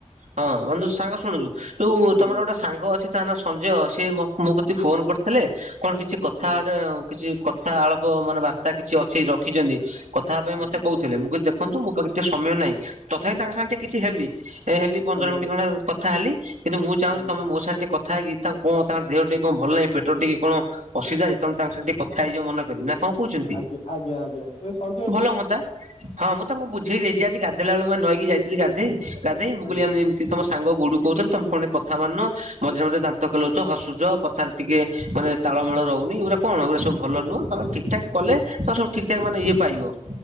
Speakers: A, on the right (about 80°); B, on the left (about 60°).
A: ହଁ ବନ୍ଧୁ ସାଙ୍ଗ ଶୁଣୁଛୁ ଯୋଉ ତମର
B: ଆଜ୍ଞା
A: ଗୋଟେ ସାଙ୍ଗ ଅଛି। ତା ନା ସଞ୍ଜୟ ସେ ମୋ ମୋ କତି ଫୋନ କରିଥିଲେ କଣ କିଛି କଥା
B: ଆଜ୍ଞା
A: ଗୋଟେ। କିଛି କଥା ଆଳପ ମାନେ ବାର୍ତା କିଛି ଅଛି ରଖିଛନ୍ତି କଥା ପାଇଁ
B: ଆଜ୍ଞା
A: ମତେ କହୁ ଥିଲେ ମୁଁ କହିଲି ଦେଖନ୍ତୁ ମୋ ପାଖରେ ଟିକେ ସମୟ ନାହିଁ ତଥାପି ତାଙ୍କ ସାଙ୍ଗେ ଟିକେ କିଛି ହେଲି। ଏ ହେଲି ପନ୍ଦର
B: ଆଜ୍ଞା
A: ମିନିଟ ଖଣ୍ଡେ କଥା ହେଲି କିନ୍ତୁ ମୁଁ ଚାହୁଁଛି
B: ଆଜ୍ଞା
A: ତମେ
B: ଆଜ୍ଞା
A: ମୋ ସାଙ୍ଗ ଟିକେ କଥା ହେଇକି। ତାଙ୍କୁ କଣ ତାଙ୍କ ଦେହ ଟିକେ କଣ ଭଲ ନାହିଁ ପେଟ ଟିକେ କଣ ଅସୁବିଧା ଯେ ତମେ ତାଙ୍କ ସାଙ୍ଗ ଟିକେ କଥା ହେଇଯିବ ମନେ କରିି ନା। କଣ କହୁଛନ୍ତି
B: ଆଜ୍ଞା ଆଜ୍ଞା ଆଜ୍ଞା ସେ ସଞ୍ଜ
A: ଭଲ ହୁଅନ୍ତା ହଁ ମୁଁ ତାଙ୍କୁ ବୁଝେଇ ଦେଇଛି ଆଜି ଗାଧେଇଲା ବେଳେ ମୁଁ ପା ନଈକି ଯାଇଥିଲି ଗାଧେଇ। ଗାଧେଇ ମୁଁ
B: ଆଜ୍ଞା
A: କହିଲି <unintelligible> ଠୀ ତମ ସାଙ୍ଗ ଗୁଡୁ କହୁଥିଲେ ତମେ <unintelligible> କଥା ମାନୁନ ମଝିରେ ମଝିରେ ଦାନ୍ତ କେଲଉଛ ହସୁଛ କଥା ଟିକେ ମାନେ ତାଳମେଳ ରହୁନି ଏ ଗୁଡ଼ା କଣ ଏ ଗୁଡା ସବୁ ଭଲ ନୁହଁ ତମେ ଠିକ ଠାକ କଲେ ତ ସବୁ ଠିକ ଠାକ ମାନେ ଇଏ ପାଇବ।